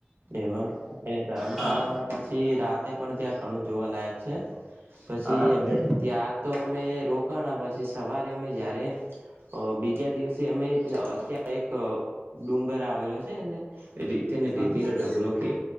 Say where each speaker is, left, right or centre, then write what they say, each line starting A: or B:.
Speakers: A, on the right; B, in the centre.
A: એમ એ તરમ
B: હા
A: શાળામાં પછી રાતે પણ ત્યાં ઘણું જોવાલાયક છે પછી
B: હા રાતે
A: હવે ત્યાં તો અમે રોકાણ પછી સવારે અમે જયારે અ બીજા દિવસે અમે અતં એક ડુંગર આવેલો છે તેને
B: હા
A: રેતી નો ઢગલો કે